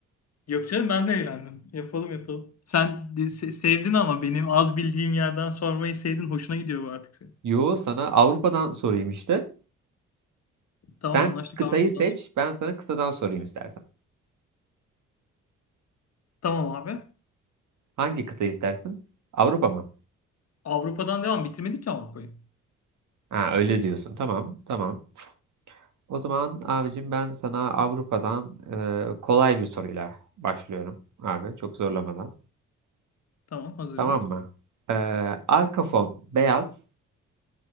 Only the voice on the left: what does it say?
Yok canım ben de eğlendim. Yapalım yapalım. Sen de- se- sevdin ama benim az bildiğim yerden sormayı sevdin. Hoşuna gidiyor bu artık senin.
Tamam
anlaştık
Avrupa'dan.
sonra.
Tamam abi.
Avrupa'dan devam. Bitirmedik ki Avrupa'yı.
Tamam hazırım.